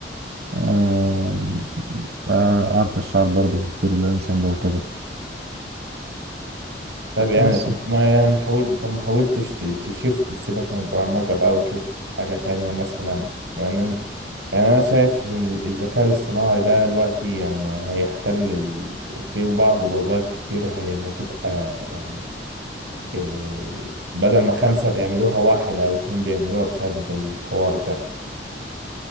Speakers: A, on the right (about 60°); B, on the right (about 85°).
A: آه، آه، أعرف أشتغل برضه في الفريلانسنج وكده
B: طب يعني
A: بس
B: طب ما يعني ما حاولت طب ما حاولتش ت- تشيفت تسيبك من البرمجة بقى وتشوف حاجة تانية مثلا لأن يعني أنا شايف إن الذكاء الاصطناعي ده دلوقتي يعني هيحتل ال- في بعض الوظائف كتير هي- هتبقى يعني إيه، بدل ما خمسة بيعملوها واحد أو اتنين بيعملوها بسبب الحوار ده